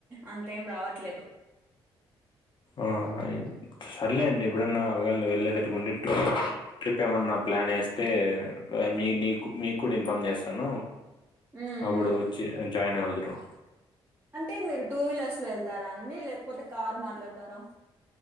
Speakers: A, on the right (about 20°); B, on the left (about 45°).
A: అంత ఏం రావట్లేదు
B: ఆహా సర్లే అండి ఎప్పుడన్నా ఒకయె వెళ్ళేదట్టుగా ఉంటి ట్రిప్ ఏమన్నా ప్లాన్ యేస్త్ తే మీ నీకు మీకు కూడా ఇన్ఫార్మ్ చేస్తాను
A: ఉమ్
B: అప్పుడు
A: ఉమ్
B: వచ్చి జాయిన్ అవుదురు
A: అంటే మీరు టూ వీలర్స్లో వెళ్తారా అండి లేకపోతే కార్ మాట్లాడతారా.